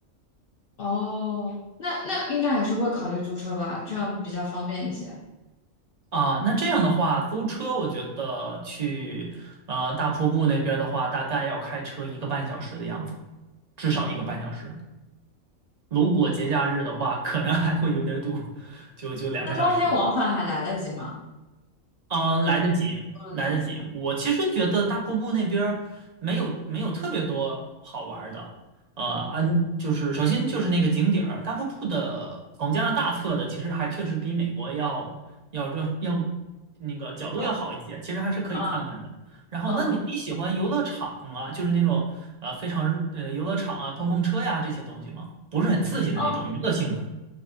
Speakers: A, on the left; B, on the right.
A: 哦，那那应该还是会考虑租车吧，这样比较方便一些。
B: 啊、那这样的话，租车我觉得去呃大瀑布那边的话，大概要开车一个半小时的样子，至少一个半小时。如果节假日的话，可能还会有点堵，<laughs> 就就两个小时了。
A: 那当天往返还来得及吗？
B: 嗯、来得及，
A: 多伦多往返。
B: 来得及。我其实觉得大瀑布那边儿没有没有特别多好玩儿的。呃，嗯，就是首先就是那个景点儿，大瀑布的从加拿大测的，其实还确实比美国要要这要那个角度要好一些，
A: 哦，
B: 其实还是可以看看的。
A: 嗯
B: 然后，
A: 嗯
B: 那你你喜欢游乐场啊，就是那种呃非常呃游乐场啊、碰碰车呀这些东西吗？不是很刺激的那种娱乐性的。
A: 哦